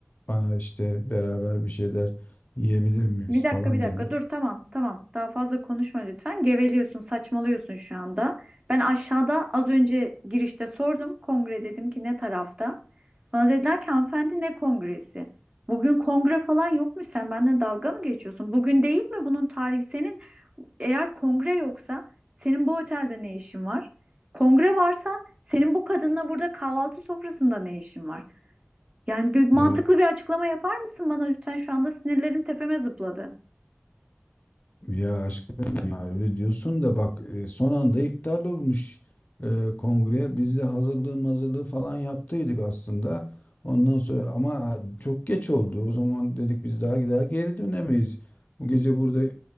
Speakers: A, on the left; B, on the right.
A: bana işte beraber bir şeyler yiyebilir miyiz
B: Bir dakika
A: falan
B: bir dakika
A: dedi.
B: dur tamam tamam daha fazla konuşma lütfen geveliyorsun saçmalıyorsun şu anda. Ben aşağıda az önce girişte sordum kongre dedim ki ne tarafta? Bana dediler ki hanımefendi ne kongresi? Bugün kongre falan yokmuş sen benimle dalga mı geçiyorsun? Bugün değil mi bunun tarihi senin eğer kongre yoksa senin bu otelde ne işin var? Kongre varsa senin bu kadınla burada kahvaltı sofrasında ne işin var? Yani bir mantıklı
A: Ya
B: bir açıklama yapar mısın bana lütfen şu anda sinirlerim tepeme zıpladı.
A: Ya aşkım ya öyle diyorsun da bak e, son anda iptal olmuş e, kongre. Biz de hazırlığı hazırlığı falan yaptıydık aslında. Ondan sonra ama çok geç oldu. O zaman dedik biz daha daha geri dönemeyiz. Bu gece burada e,